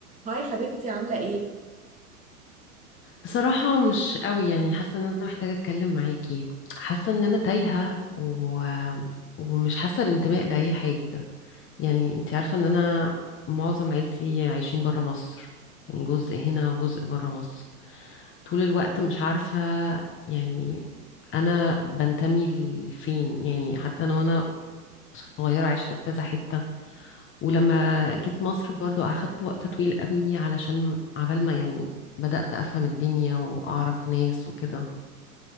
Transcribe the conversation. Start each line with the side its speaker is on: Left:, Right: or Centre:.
Right: هاي حبيبتي عاملة ايه؟
Left: بصراحة مش قوي يعني حاسة ان انا محتاجة اتكلم معاكي حاسة ان انا تايهة و... ومش حاسة بانتماء لأي حاجة يعني انتي عارفة ان انا معظم عيلتي عايشين برا مصر يعني جزء هنا وجزء برا مصر طول الوقت مش عارفة يعني انا بنتمي لفين يعني حتى انا وانا صغيرة عشت في كذا حتة ولما جيت مصر برضو أخدت وقت طويل قوي علشان عبال ما يعني بدأت أفهم الدنيا وأعرف ناس وكده